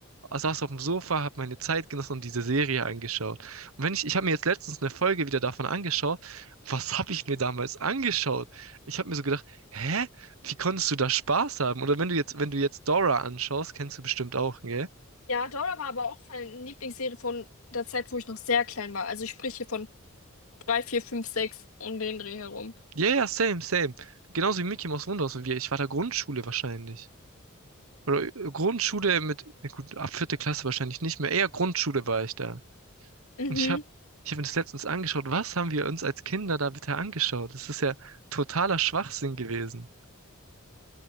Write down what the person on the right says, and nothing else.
Ah, saß auf dem Sofa, habe meine Zeit genossen und diese Serie angeschaut. Und wenn ich, ich habe mir jetzt letztens eine Folge wieder davon angeschaut. Was habe ich mir damals angeschaut? Ich habe mir so gedacht, hä? Wie konntest du da Spaß haben? Oder wenn du jetzt, wenn du jetzt Dora anschaust, kennst du bestimmt auch, gell?
Ja, ja, same, same. Genauso wie Mickey Mouse Wunderhaus und wir. Ich war da Grundschule wahrscheinlich. Oder äh, Grundschule mit, na gut, ab vierte Klasse wahrscheinlich nicht mehr. Eher Grundschule war ich da.
Und ich habe ich hab mir das letztens angeschaut. Was haben wir uns als Kinder da bitte angeschaut? Das ist ja totaler Schwachsinn gewesen.